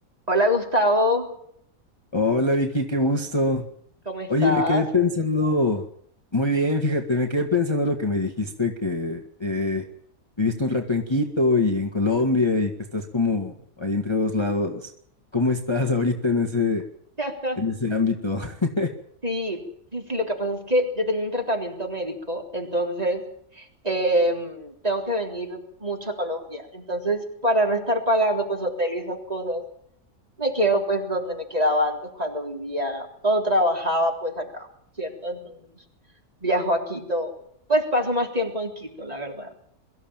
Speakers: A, on the right; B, on the left.
A: Hola Gustavo,
B: Hola Vicky, qué gusto.
A: ¿cómo estás?
B: Oye, me quedé pensando, muy bien, fíjate, me quedé pensando lo que me dijiste, que eh, viviste un rato en Quito y en Colombia y que estás como ahí entre dos lados. ¿Cómo estás ahorita en ese,
A: <laughs>
B: en ese ámbito? <laughs>
A: Sí, sí, sí, lo que pasa es que yo tengo un tratamiento médico, entonces em, tengo que venir mucho a Colombia. Entonces, para no estar pagando pues hotel y esas cosas, me quedo pues donde me quedaba antes cuando vivía, cuando trabajaba pues acá, ¿cierto? Entonces viajo a Quito, pues paso más tiempo en Quito, la verdad.